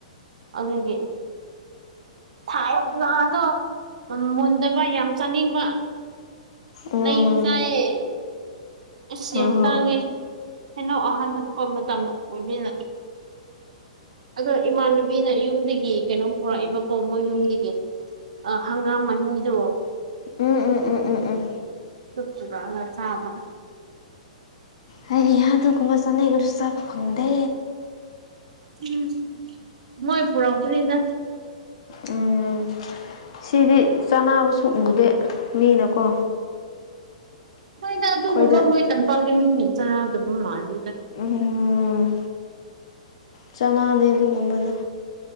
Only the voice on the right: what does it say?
ꯑꯗꯨꯒꯤ ꯊꯥꯏ ꯑ ꯅꯍꯥꯗꯣ ꯃꯨꯟꯗꯕ ꯌꯥꯝ ꯆꯥꯅꯤꯡꯕ
ꯅꯩ ꯆꯥꯏꯌꯦ ꯑꯁ
ꯌꯥꯝ ꯇꯥꯡꯉꯦ ꯀꯩꯅꯣ ꯑꯍꯥꯟꯕ ꯊꯣꯛꯄ ꯃꯇꯝꯗ ꯑꯣꯏꯕꯤꯅ ꯑꯗꯣ ꯏꯃꯥꯟꯅꯨꯕꯤꯅ ꯌꯨꯝꯗꯒꯤ ꯀꯩꯅꯣꯝ ꯄꯨꯔꯛꯏꯕꯀꯣ ꯃꯣꯏ ꯌꯨꯝꯒꯤꯗꯤ ꯍꯪꯒꯥꯝ ꯃꯍꯤꯗꯣ
ꯄꯨꯗ ꯆꯃ
ꯎꯝ ꯃꯣꯏ ꯄꯨꯔꯛꯄꯅꯤꯗ
ꯍꯣꯏꯗ
ꯑꯗꯨ ꯎꯃ ꯃꯣꯏ ꯇꯝꯄꯥꯛꯃꯤ ꯆꯅꯥ ꯑꯗꯨꯕꯝ ꯃꯥꯅ